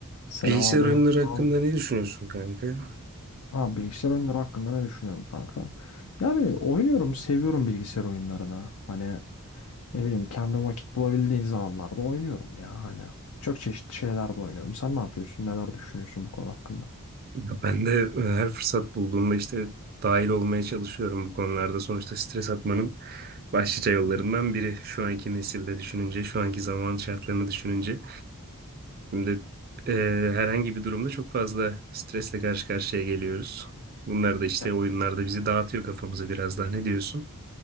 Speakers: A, on the left (about 75°); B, on the right (about 45°).
A: Selam
B: Bilgisayar
A: abi.
B: oyunları
A: Abi
B: hakkında ne düşünüyorsun kanka?
A: Abi bilgisayar oyunları hakkında ne düşünüyorum kanka? Yani oynuyorum, seviyorum bilgisayar oyunlarını. Hani ne bileyim kendi vakit bulabildiği zamanlarda oynuyorum ya hani. Çok çeşitli şeyler de oynuyorum. Sen ne yapıyorsun? Neler düşünüyorsun bu konu hakkında?
B: Ya ben de e, her fırsat bulduğumda işte dahil olmaya çalışıyorum bu konularda. Sonuçta stres atmanın başlıca yollarından
A: <laughs> Hı hı.
B: biri. Şu anki nesilde düşününce, şu anki zaman şartlarını düşününce. Şimdi e, herhangi bir durumda çok fazla stresle karşı karşıya geliyoruz. Bunlar da işte
A: Ya
B: oyunlarda bizi dağıtıyor kafamızı biraz daha. Ne diyorsun?